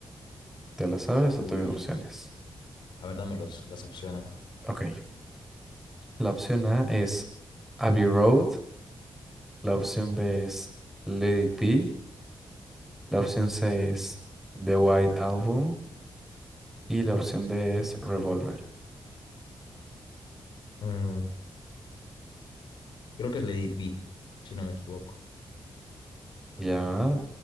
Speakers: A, in the centre; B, on the left (about 85°).
A: ¿Te la sabes
B: Uy,
A: o te doy opciones?
B: a ver, dame los, las opciones.
A: Ok. La opción A es Abbey Road, la opción B es Let It Be, la opción C es The White Album y la opción D es Revolver.
B: Mm, creo que es Let It Be, si no me equivoco.
A: Ya,